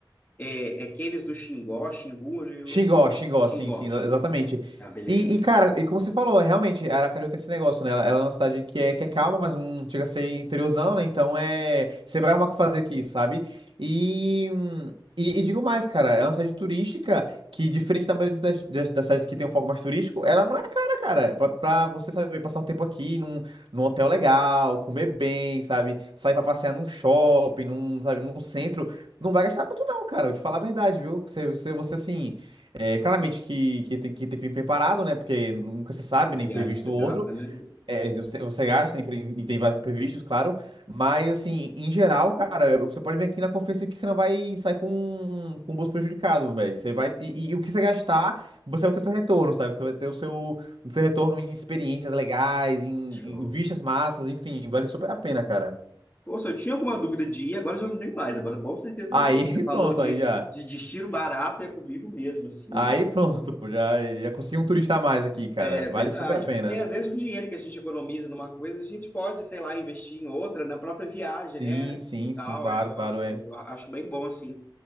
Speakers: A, on the left; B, on the right.
A: É, é cânions do Xingó, Xingu, eu-
B: Xingó, Xingó,
A: Xingó,
B: sim, sim,
A: Xingó.
B: exa- exatamente.
A: Tá, beleza.
B: E, e, cara, e como você falou, realmente, Aracaju tem esse negócio, né? Ela, ela é uma cidade que é, que é calma, mas não chega a ser interiorzão, né? Então é. Você vai arrumar o que fazer aqui, sabe? E, hum, e, e digo mais, cara, é uma cidade turística que, diferente da maioria das, das, das cidades que tem um foco mais turístico, ela não é cara, cara. Pra, pra você saber passar um tempo aqui num, num hotel legal, comer bem, sabe? Sair pra passear num shopping, num, sabe, num centro. Não vai gastar muito, não, cara. Eu te falar a verdade, viu? Você, você, você assim. É, claramente que, que, tem, que tem que vir preparado, né? Porque nunca se sabe,
A: Qualquer
B: né? Imprevisto
A: viagem você gasta,
B: ou outro.
A: né?
B: É, você, você gasta impre- e tem vários imprevistos, claro. Mas, assim, em geral, cara, você pode vir aqui na confiança que você não vai sair com, com o bolso prejudicado, velho. Você vai. E, e- o que você gastar, você vai ter seu retorno, sabe? Você vai ter o seu, o seu retorno em experiências legais, em,
A: Show.
B: em vistas massas, enfim, vale super a pena, cara.
A: Poxa, eu tinha alguma dúvida de ir, agora eu já não tenho mais. Agora com certeza
B: Aí,
A: eu vou.
B: <laughs>
A: Você falou
B: pronto,
A: de,
B: aí já.
A: de destino barato, é comigo mesmo, assim.
B: Aí pronto, pô, já, já consegui um turista a mais aqui, cara.
A: É
B: Vale
A: verdade,
B: super a pena.
A: porque às vezes o dinheiro que a gente economiza numa coisa, a gente pode, sei lá, investir em outra, na própria viagem,
B: Sim,
A: né?
B: sim,
A: E tal,
B: sim, claro,
A: é, eu
B: claro,
A: acho,
B: é.
A: acho bem bom, assim.